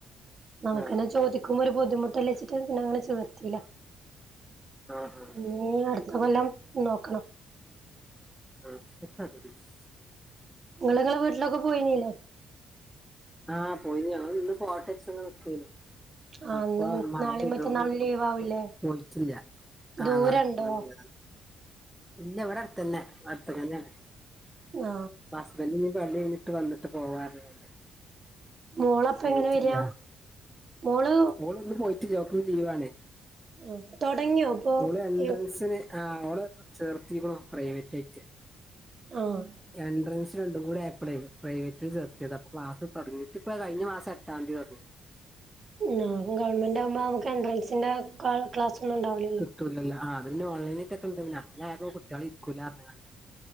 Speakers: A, on the right; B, in the centre.
A: നമുക്ക്ന്നെ
B: ആ
A: ചോദിക്കുമ്പോ ഒരു ബുദ്ധിമുട്ടല്ലച്ചിട്ട് പിന്നെ അങ്ങനെ ചോർത്തില്ല
B: ആ ആ
A: ഇനീ അടുത്ത കൊല്ലം നോക്കണം
B: ആഹ് <unintelligible>
A: ഇങ്ങള് ഇങ്ങളെ വീട്ടിലൊക്കെ പോയിനിലെ
B: ആ പോയിന്നു ആ ഞങ്ങള്ന്ന് പോട്ടെച്ച് ങ്ങനെ നിക്കേന്നു
A: ആഹ്
B: അപ്പൊ
A: ഇന്ന്
B: മഴെയ്തു
A: നാളെയും മറ്റന്നാളും ലീവ് ആവൂലേ
B: പോയിട്ടില്ല ആ
A: ദൂരണ്ടോ
B: നാളേം മറ്റന്നാളും ലീവാണ് ഇല്ല ഇവടെ അട്ത്തെന്നെ അട്ത്ത്ക്കെന്നെണ്
A: ആ
B: ഹസ്ബന്റ് നി പള്ളികയ്ഞ്ട്ട് വന്നിട്ട് പോകാർഞ്ങ്ങാണ്ട്
A: മോളപ്പ
B: പോയിട്ടില്ല
A: എങ്ങനെ വരാ മോള്
B: ഓള്ന്ന് പോയിട്ടില്ല ഓൾക് ലീവാണ്
A: ഓക്കെ തൊടങ്യോപ്പോ
B: ഓള് എൻട്രൻസിന്
A: ഏ
B: ആ ഓള് ചേർത്തിക്കുണു പ്രൈവറ്റായിട്ട്
A: ആഹ്
B: എൻട്രൻസ് രണ്ട് കൂടി ആയപ്ലേ പ്രൈവറ്റിൽ ചേർത്യേതാ അപ്പൊ ക്ലാസ് തൊടങ്ങിട്ട് ഇപ്പോ കഴിഞ്ഞ മാസം എട്ടാന്തി തൊടങ്ങി
A: ആ ഗവൺമെന്റാവുമ്പോ നമുക്ക് എൻഡ്രൻസിന്റെ ക ക്ലാസ്സൊന്നുംണ്ടാവൂല
B: ട്ടൂലല്ലൊ അത് പിന്നെ ഓൺലൈനായിറ്റൊക്കെണ്ട് അങ്ങനായപ്പോ കുട്ട്യാള് ഇരികൂല പർഞ്ങ്ങാണ്ട്